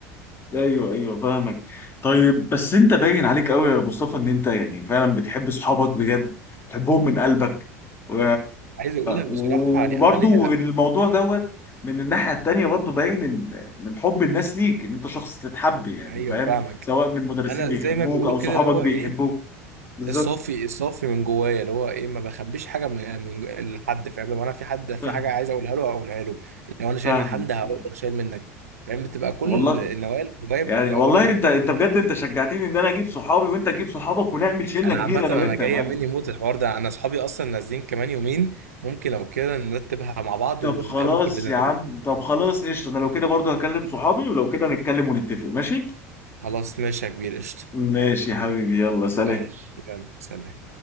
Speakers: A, on the left (about 30°); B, on the right (about 80°).
A: ايوه ايوه فاهمك طيب بس انت باين عليك قوي يا مصطفى ان انت يعني فعلا بتحب صحابك بجد بتحبهم من قلبك و...
B: عايز اقول لك
A: وبرضه
B: بصراحه يعني انا ليا
A: الموضوع دوت من الناحيه التانيه برضه باين ان من حب الناس ليك ان انت شخص تتحب يعني
B: ايوه
A: فاهم
B: فاهمك
A: سواء من مدرسين
B: انا
A: بيحبوك
B: زي ما بيقولوا
A: او
B: كده
A: صحابك
B: اللي هو
A: بيحبوك
B: ايه
A: بالظبط
B: الصافي الصافي من جوايا اللي هو ايه ما بخبيش حاجه من يعني من جو- لحد فاهم لو انا في حد في
A: فاهم
B: حاجه عايز اقولها له اقولها له لو انا شايل
A: فاهم
B: من حد هقول
A: فاهم
B: انا شايل منك فاهم بتبقى كل
A: والله
B: ال- النوايا اللي جوايا
A: يعني
B: بقولها
A: والله انت
B: بقول
A: انت بجد انت شجعتني ان انا اجيب صحابي وانت تجيب صحابك ونعمل شله
B: انا
A: كبيره
B: عامه
A: انا
B: انا
A: وانت
B: جايه
A: يا معلم
B: مني موت الحوار ده انا اصحابي اصلا نازلين كمان يومين ممكن لو كده نرتبها مع بعض
A: طب
B: ونتقابل
A: خلاص
B: كلنا
A: يا عم طب خلاص قشطه انا لو كده برضو هكلم صحابي ولو كده نتكلم ونتفق ماشي
B: خلاص ماشي يا كبير قشطه
A: ماشي يا حبيبي يلا سلام
B: ماشي يلا سلام